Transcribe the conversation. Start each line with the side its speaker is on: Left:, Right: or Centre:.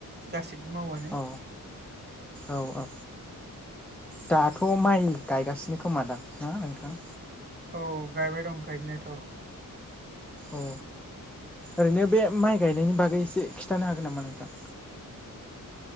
Right: गासिबो मावानो
Centre: औ औ आ दाथ' माइ गायगासिनो खोमा दां ना नोंथाङा
Right: औ गायबाय दं गायनायाथ'
Centre: औ ओरैनो बे माइ गायनायनि बागै एसे खिन्थानो हागोन नामा नोंथां